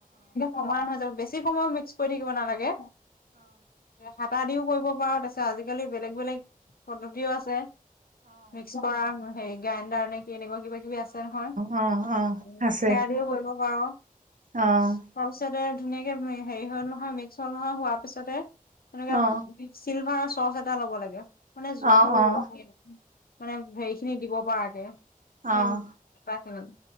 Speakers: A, on the left; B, on the right.
A: সময় নাযাব বেছি সময় মিক্স কৰি, দিব নালাগে। হাতটা দিও কৰিব পাৰো তাৰপাছত আজিকালি বেলেগ-বেলেগ পদ্ধতিও আছে। মিক্স কৰা হেৰি গ্ৰাইণ্ডাৰ নে কি এনেকুৱা কিবা কিবি আছে নহয়
B: অ', অ',
A: সেয়া
B: আছে
A: দিও কৰিব পাৰ। তোৱাৰ
B: অ',
A: পিছতে ধুনীয়াকে হেৰি হল নহয় মিক্স হল নহয় হোৱাৰ পিছতে তেনেকোৱা।
B: অ',
A: চিলভাৰৰ চচ এটা লব লাগে মানে সৰু।
B: অ', অ',
A: মানে হেৰি খিনি দিব পৰাকে। সেই
B: অহ,
A: আটা খিনি